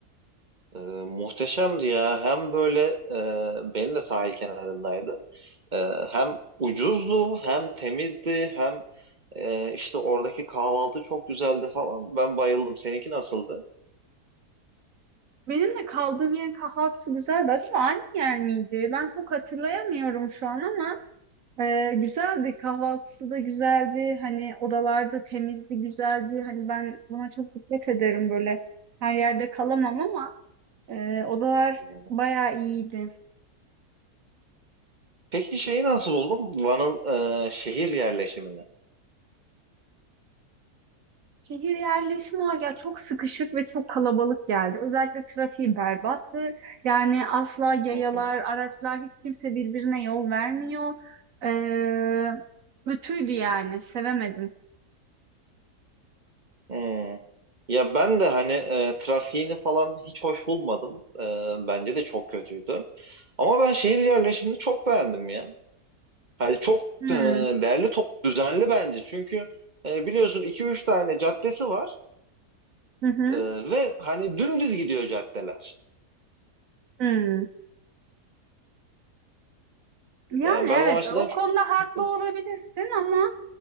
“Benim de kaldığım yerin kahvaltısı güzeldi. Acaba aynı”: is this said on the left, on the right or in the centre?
Right